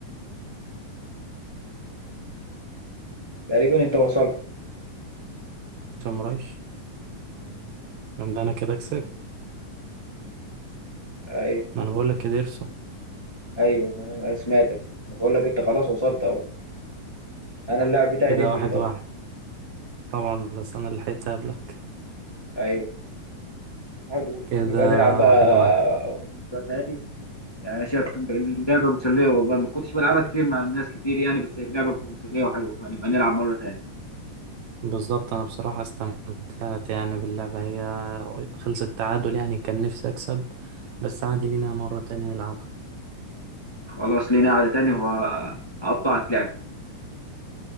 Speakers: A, on the left; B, on the right.
A: تقريبا انت وصلت
B: سمرايش يبقى أنا كده كسبت
A: ايوه
B: ما انا بقولك يا ديرسون
A: ايوه ما انا سمعتك انا بقول لك انت خلاص وصلت اهو انا اللاعب بتاعي
B: كده
A: ديمبلي
B: واحد
A: طبعا
B: واحد طبعا بس انا اللي لحقت قبلك
A: ايوه حلو
B: كده
A: نبقى نلعب بقى
B: واحد واحد
A: مرة تاني يعني انا شايف اللعبه مسليه والله ما كنتش بلعبها كتير مع الناس كتير يعني بس هي اللعبه مسليه وحلوه فنبقى نلعب مره تاني
B: بالظبط انا بصراحة استمتعت يعني باللعبة هي خلصت تعادل يعني كان نفسي اكسب بس عادي لينا مرة تانية نلعبها
A: خلاص لينا قعده تاني وهقطعك لعب